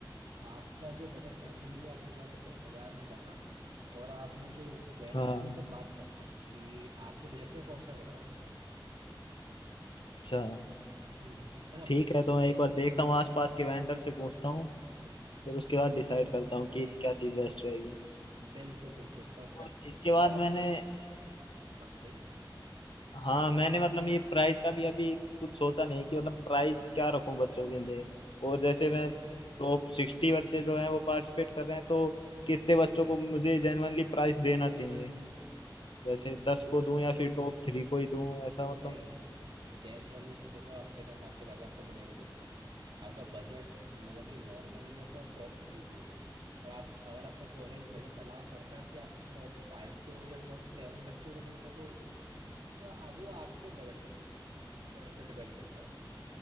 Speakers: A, on the right (about 75°); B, on the left (about 75°).
A: तो आपका जो बजट फ्रेंडली हो आप एक बार जैसे बाजार में जाना और आपने जो वेंडर्स
B: हाँ
A: उनसे बात करना कि आपके बजट में कौन सा पड़ रहा है
B: अच्छा
A: हम्म है ना
B: ठीक है तो मैं एक बार देखता हूँ आसपास के वेंडर से पूछता हूँ फिर उसके बाद डिसाइड
A: हम्म,
B: करता हूँ कि क्या चीज़ बेस्ट रहेगी
A: बिल्कुल बिल्कुल परफेक्ट
B: और इसके बाद
A: और आपने
B: मैंने
A: आप बताइए
B: हाँ मैंने मतलब ये प्राइस का भी अभी कुछ सोचा नहीं कि मतलब प्राइस क्या रखूं बच्चों के लिए और
A: ओके
B: जैसे मैं टॉप सिक्सटी बच्चे जो हैं वो पार्टिसिपेट कर रहे हैं तो कितने बच्चों को मुझे जेनुअनली प्राइस देना चाहिए जैसे
A: ज,
B: दस को दूं या फिर टॉप थ्री को ही दूं ऐसा
A: नहीं
B: मतलब
A: जनरली तो देखो आप डिपेंड आप पे करता है आपका बजट कितना है आपका बजट मतलब कि नॉर्मल हुआ तो टॉप थ्री को ही दो और आप अगर आपका कॉलेज बजट अलाउ करता है कि आप टॉप फाइव को या टॉप सेवन बच्चों को दे सको तो आ, वो आपके बजट पर बजट पर डिपेंड करता है